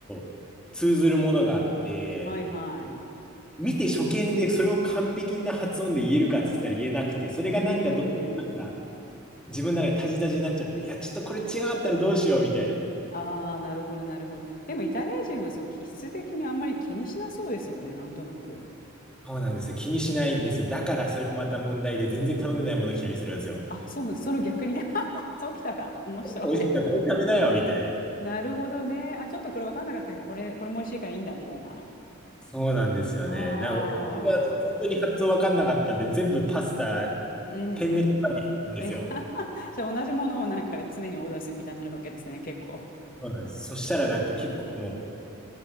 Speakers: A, in the centre; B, on the left (about 40°).
A: と通ずるものがあって、
B: はいはい。う
A: 見て初見でそれを完璧な発音で言えるかって言ったら言えなくて、それがなんかどう、
B: ー
A: なんか
B: ん。
A: 自分の中でタジタジになっちゃって、いや、ちょっとこれ違かったらどうしようみたいな。
B: ああ、なるほど、なるほど。でもイタリア人はそう、気質的にあんまり気にしなそうですよね、なんとなく。
A: そうなんですよ。気にしないんですよ。だからそれもまた問題で全然頼んでないもの来たりするんですよ。
B: あ、そうなその逆にね。<laughs> そうきたか。面白い。
A: 美味しいからこれ食べなよみたいな。
B: なるほどね。あ、ちょっとこれ分かんなかったけど、これ、これも美味しいからいいんだ、みたいな。
A: そうなんですよね。
B: ああ、
A: な、俺、あの本当に発音わかんなかったんで、全部パスタ、
B: うんうん。
A: ペンネしてたんですよ。
B: え <laughs> じゃあ同じものをなんか常にオーダーするみたいになるわけですね、結構。
A: そうなんです。そしたらなんか結構も